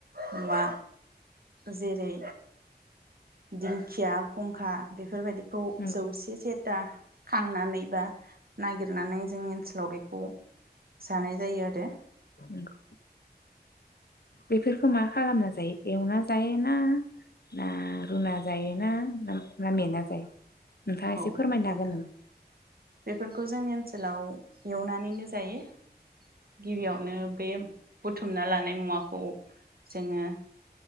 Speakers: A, on the right; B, on the left.
A: मुवा जेरै दिंखिया खुंखा बेफोरबायदि खौ
B: नंगौ
A: जौसे जेद दा खांनानै बा नागिरनानै जोंनि ओनसोलाव बेखौ जानाय जायो आरो।
B: नंगौ बेफोरखौ मा खालामना जायो? एवना जायोना ना? रुना जायोना? ना मेना जायो? नोंथाङा एसे
A: औ
B: फोरमायनो
A: नोंथां
B: हागोन नामा
A: बेफोरखौ जोंनि ओनस सोलाव एवनानैनो जायो। गिबियावनो बे बुथुमना लानाय मुवाखौ जोंङो